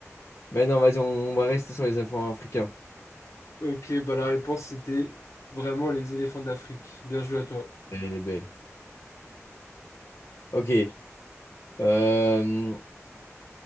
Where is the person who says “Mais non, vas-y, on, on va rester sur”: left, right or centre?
Left